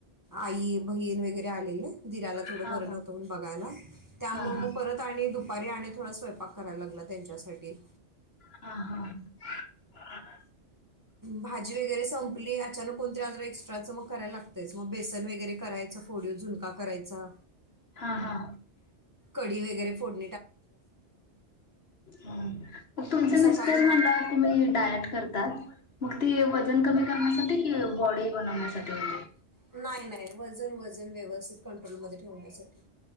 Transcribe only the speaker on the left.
हा
हा हा
हा हा
हा हा
मग तुमचे
मिस्टर
म्हण तुम्ही डायट करत मग ती वजन कमी करण्यासाठी कि बॉडी बनवण्यासाठी होते